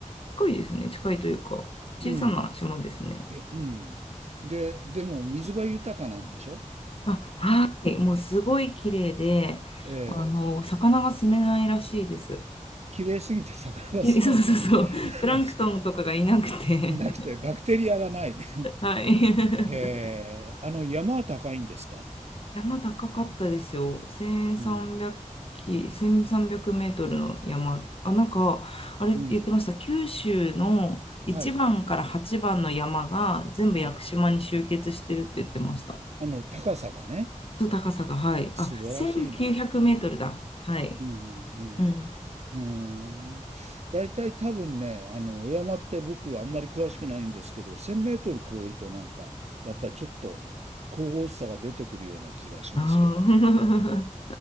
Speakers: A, on the left; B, on the right.
A: 近いですね。近いというか、
B: うん。
A: 小さな島ですね。
B: うんいやうん。で、でも、水が豊かなんでしょ
A: あ、はい。もうすごい綺麗で、
B: ええ
A: あの、魚が住めないらしいです。
B: 綺麗すぎて魚が住めない。
A: <laughs> きそうそうそう。
B: <laughs>
A: プランクトンとかがいなくて
B: いなくて、バクテリアがないね。
A: <laughs> はい。<laughs>
B: へえあの、山は高いんですか
A: 山高かったですよ。1300キ、
B: うん。
A: 1 3 0メートルの山。あ、なんか、あれ言ってました。
B: うん。
A: 九州の1番から8番の山が全部屋久島に集結してるって言ってました。
B: はい。はい。あの、高さがね、
A: と高さが、はい。
B: 素晴らしいな。
A: あ、1900メートルだ。はい。
B: うんうん
A: うん。
B: うん。うん。大体多分ね、あの、お山って僕あんまり詳しくないんですけど、1000メートル超えるとなんか、やっぱりちょっと神々しさが出てくるような気がしますけど。
A: ああ。<laughs>